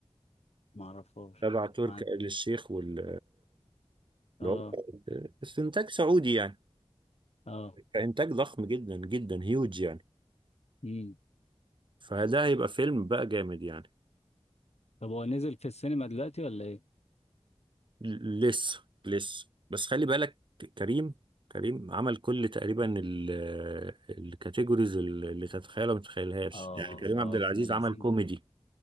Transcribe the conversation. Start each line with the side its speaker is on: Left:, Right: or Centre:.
Left: ما اعرفهاش
Right: تبع
Left: الحقيقة.
Right: تركي
Left: ما-
Right: آل الشيخ وال
Left: اه
Right: اللي هو بس إنتاج سعودي يعني
Left: اه
Right: إنتاج ضخم جدا جدا هيوج يعني
Left: مم.
Right: فده هيبقى فيلم بقى جامد يعني
Left: طب هو نزل في السينما دلوقتي ولا ايه؟
Right: لسه لسه بس خلي بالك كريم كريم عمل كل تقريبا ال- الكاتيجوريز اللي تتخيلها ما تتخيلهاش
Left: اه
Right: يعني كريم
Left: اه
Right: عبد العزيز
Left: ابن لذين
Right: عمل كوميدي